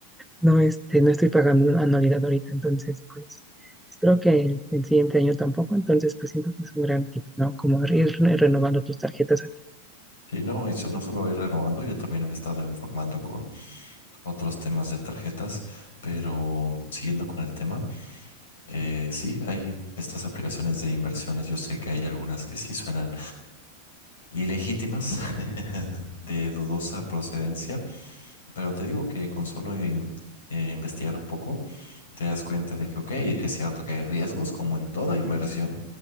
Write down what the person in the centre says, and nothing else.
no, este, no estoy pagando anualidad ahorita. Entonces, pues espero que el, el siguiente año tampoco. Entonces, pues siento que es un gran tip, ¿no? Como ir re- renovando tus tarjetas a